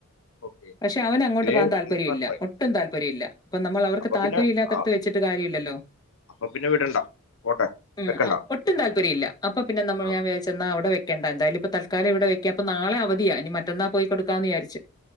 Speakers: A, on the left; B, on the left.
A: ഓക്കെ
B: പശെ അവന് അങ്ങോട്ട്
A: ഗ്രേഡ്
B: പോകൻ താല്പര്യയില്ല
A: ഗ്രേസ് മാർക്കായി
B: ഒട്ടും താല്പര്യയില്ല അപ്പം നമ്മള് അവർക്ക്
A: അപ്പൊ
B: താല്പര്യം
A: പിന്നെ
B: ഇല്ലാത്തെടത്ത്
A: ആ,
B: വെച്ചിട്ട് കാര്യയില്ലല്ലോ
A: അപ്പൊ പിന്നെ വിടണ്ട പോട്ടെ
B: ഉം
A: വെക്കണ്ട
B: ഒട്ടും താല്പര്യം ഇല്ല അപ്പം പിന്നെ നമ്മള്
A: ആ
B: ഞാൻലിചാരിച്ച് അവടെ വെ വെക്കണ്ട എന്തായാലും ഇപ്പം തൽക്കാലം ഇവടെ വെക്ക അപ്പം നാളെ അവധിയാ ഇനി മറ്റന്നാ പോയി കൊടുക്കാന്ന് വിചാരിച്ചു